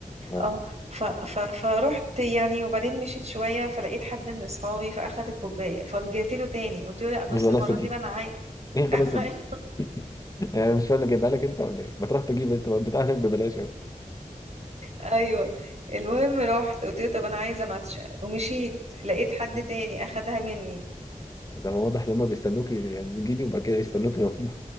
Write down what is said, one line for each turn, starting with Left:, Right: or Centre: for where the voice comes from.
Left: اه
Right: اه ف... ف... فرحت يعني وبعدين مشيت شوية فلقيت حد من اصحابي فاخد الكوباية فرجعت له تاني قلت له لا بص
Left: الغلاسه
Right: المرة
Left: دي
Right: دي بقى انا عاي...
Left: ايه الغلاسه
Right: <laughs>
Left: دي <laughs> يعني مش فاهم أنا جايبها لك انت ولا ايه ما تروح تجيب انت بتاعنا ببلاش أهو.
Right: ايوه المهم رحت قلت له طب انا عايزه ماتشا ومشيت لقيت حد
Left: <laughs>
Right: تاني اخدها مني
Left: ده هو واضح ان هما بيستنوكي يعني تجيبي يبقى كده يستنوكي هم